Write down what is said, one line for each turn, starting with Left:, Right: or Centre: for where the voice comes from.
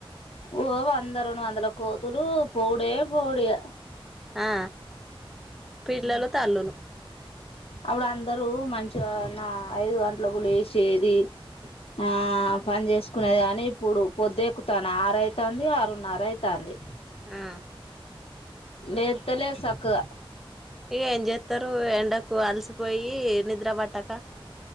Left: ఓ వా వంద రెండు వందల కోతులు పౌడే పౌడిగ
Centre: ఆ పిల్లలు తల్లులు
Left: అప్పుడు అందరూ మంచిగా నా ఐదు గంటలకు లేసేది ఆ పని చేేసుకునేది కాని ఇప్పుడు పొద్దు ఎక్కుతన ఆరు అయితంది ఆరున్నర అయితంది
Centre: ఆ
Left: లేస్తలేర్ సక్కగా
Centre: ఏం చేత్తరు ఎండకు అల్సి పోయి నిద్ర పట్టక